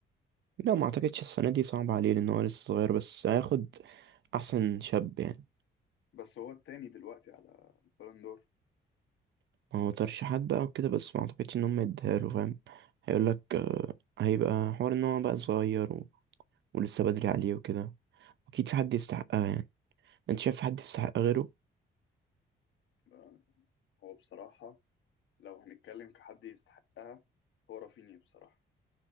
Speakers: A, on the right; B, on the left.
A: لا ما اعتقدش السنة دي صعب عليه لان هو لسه صغير بس هياخد احسن شاب يعني
B: بس هو التاني دلوقتي على البالون دور
A: ما هو ترشيحات بقى وكده بس ما اعتقدش ان هم يديها له فاهم هيقولك آه، هيبقى حوار ان هو بقى صغير و... ولسه بدري عليه وكده اكيد في حد يستحقها يعني انت شايف في حد يستحق غيره
B: بقى هو بصراحه لو هنتكلم كحد يستحقها هو رافينيا بصراحه